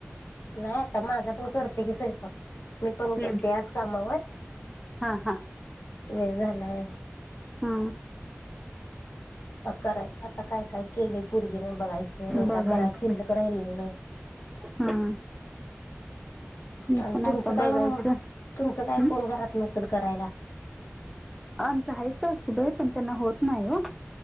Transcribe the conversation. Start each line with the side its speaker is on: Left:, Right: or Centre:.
Left: नाही आता माझा पण करते की स्वयंपाक, मी पण
Centre: हम्म
Left: गेलते आज कामावर
Centre: हा हा
Left: वेळ झालाय.
Centre: हा
Left: करायचं आता काय काय केलंय पोरगी न बघायचं नाही
Centre: बघायचं
Left: कराय चिल्लक राहिलेलं.
Centre: हा मी
Left: आणि
Centre: पण
Left: तुमचं
Centre: आता
Left: काय
Centre: बघायचं
Left: तुमचं काय
Centre: हं?
Left: कोण घरात नसेल करायला
Centre: आमच हायत सासूबाई पण त्यांना होत नाही हो